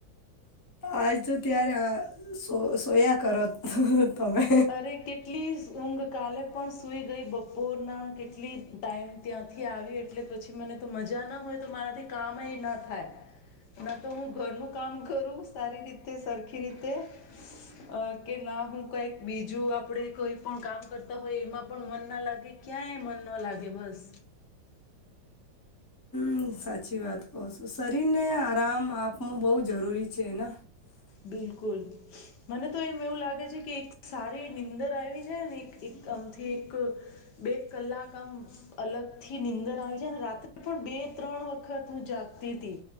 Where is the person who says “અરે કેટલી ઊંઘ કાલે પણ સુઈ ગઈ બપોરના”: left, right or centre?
Left